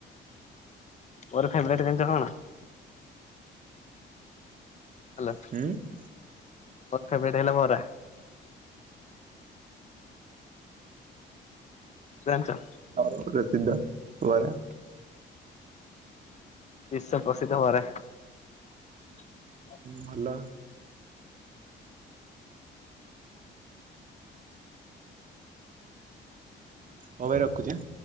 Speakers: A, on the left; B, on the right.
A: <unintelligible> ଫେବରେଟ୍ କିନ୍ତୁ <unintelligible> ହେଲୋ।
B: ହୁଁ।
A: ବର୍ଖା ବେଟ ହେଲା ମରା। ଜାଣିଚ?
B: ଆଉ <unintelligible> ବରା
A: ବିଶ୍ବ ପ୍ରସିଦ୍ଧ ବରା। <inaudible>
B: ଭଲ ହଉ ଭାଇ ରଖୁଛି ଆଁ।